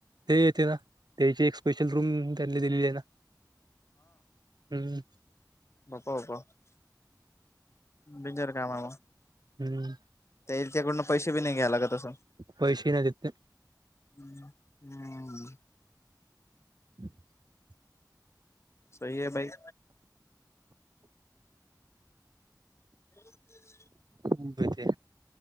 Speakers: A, on the right; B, on the left.
A: ते येते ना त्याची एक स्पेशल रूम त्यांनी दिलेली आहे ना. हम्म
B: <unintelligible> बिजर कामा
A: हम्म.
B: त्याच्याकडून पैसेेपण नाही घ्यायला लागत. असं
A: पैसे नाही देत ते.
B: हम्म हम्म.
A: <inaudible>
B: सही हे भाई. <inaudible>
A: मु ब ते